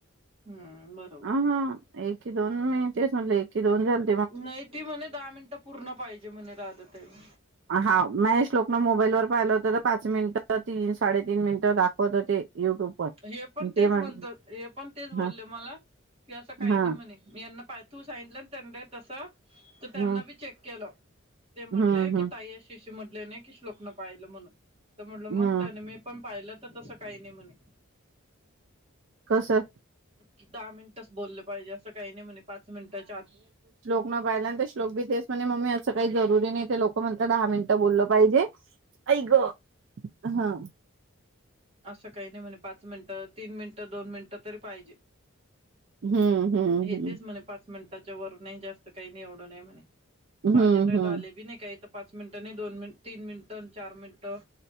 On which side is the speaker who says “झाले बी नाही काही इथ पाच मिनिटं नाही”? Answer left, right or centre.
Right